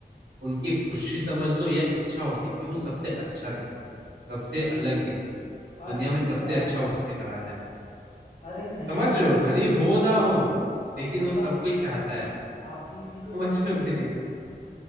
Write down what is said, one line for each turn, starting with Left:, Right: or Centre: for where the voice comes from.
Right: उनकी एक खुशी समझ लो या इच्छा होती है कि वो सबसे अच्छा दिखे सबसे अलग दिखे
Left: अच्छा
Right: दुनिया में सबसे अच्छा उससे कहा जाए
Left: अरे नहीं
Right: समझ
Left: यार
Right: रहे हो भली हो ना हो लेकिन
Left: मतलब
Right: वो सब कोई चाहता है <laughs>
Left: आप भी इसीलिए
Right: समझ
Left: करते
Right: रहे
Left: हो
Right: हो मेरी
Left: क्या फिर